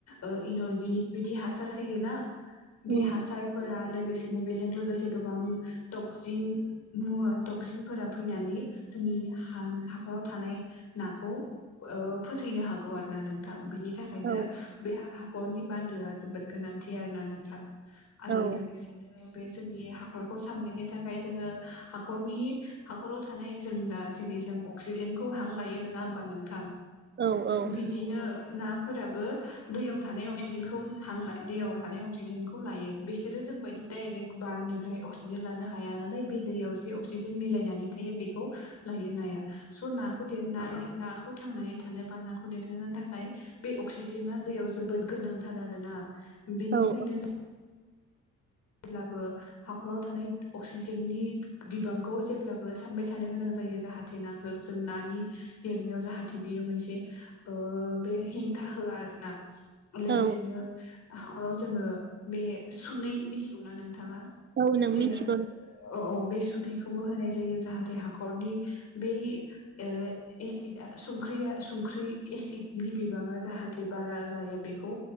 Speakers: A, on the left; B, on the right.
A: ओ इन अर्गेनिक बिदि हासार होयोना, बे
B: उम
A: हासारफोरा लोगोसेनो बेजों लोगोसे गोबां टक्जिन मुवा टक्जिनफोरा फैनानै जोंनि हान हाखराव थानाय नाखौ ओ फोथैनो हागौ आरो ना नोंथां। बिनि थाखायनो
B: औ
A: बे हा खरनि बान्दोआ जोबोद गोनांथि आरोना नोंथां आरो
B: औ
A: लोगोसेनो बे जोंनि हाखरखौ सामलायनो थाखाय जोङो हाखरनि हाखराव थानाय जों दा जेरै अक्सिजेनखौ हां लायो, नोङा होमबा नोंथां?
B: औ औ
A: बिदिनो ना फोराबो दैयाव थानाय अक्सिजेनखौ हां ला दैयाव थानाय अक्सिजेनखौ लायो। बिसोरो जोंबायदि डाइरेक्ट बारनिफ्राय अक्सिजेन लानो हाया नालाय, बे दैयाव जे अक्सिजेन मिलायनानै थायो बेखौ लायो नाया। स' नाखौ देरना नाखौ थांनानै थानो बा नाखौ देरहोनो थाखाय बे अक्सिजेना दैयाव जोबोद गोनांथार आरोना। बेनिखायनो
B: औ
A: जों जेब्लाबो हाखराव थानाय अक्सिजेननि बिबांखौ जेब्लाबो सानबाय थानो गोनां जायो। जाहाथे नाखो जों नानि देरनायाव जाहाथे बियो मोनसे ओ बे हें था होया आरोना। लोगोसेनो
B: औ
A: हाखराव जोङो बे सुनै मिथिगौना नोंथाङा?
B: औ नों
A: जेरा
B: मिथिगौ नों
A: औ औ बे सुनैखौबो होनाय जायो जाहाथे हाखरनि बै ओ एसिडआ संख्रिया संख्रि एसिडनि बिबाङा जाहाथे बारा जायो, बेखौ